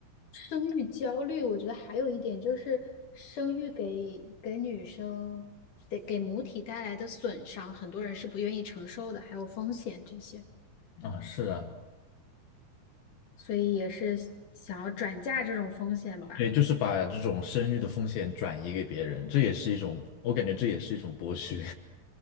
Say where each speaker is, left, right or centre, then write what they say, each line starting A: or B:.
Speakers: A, on the left; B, on the left.
A: 生育焦虑，我觉得还有一点就是生育给给女生得给母体带来的损伤，很多人是不愿意承受的，还有风险这些。
B: 啊，是啊，
A: 所以也是想要转嫁这种风险吧。
B: 对，就是把这种生育的风险转移给别人，这也是一种，我感觉这也是一种剥削，